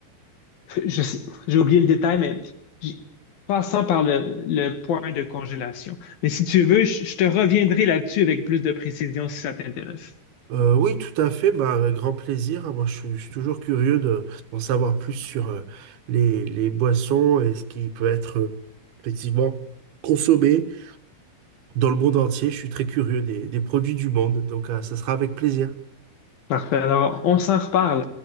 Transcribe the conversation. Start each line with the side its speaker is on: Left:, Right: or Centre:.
Left: je sais- j'ai oublié le détail, mais j- passant par le, le point de congélation. Mais si tu veux, je, je te reviendrai là-dessus avec plus de précision si ça t'intéresse.
Right: Euh, oui, tout à fait, bah, avec grand plaisir. hein. Moi, je suis, je suis toujours curieux de, d'en savoir plus sur euh, les, les boissons et ce qui peut être euh, effectivement consommé dans le monde entier. Je suis très curieux des, des produits du monde, donc euh, ça sera avec plaisir.
Left: Parfait. Alors, on s'en reparle.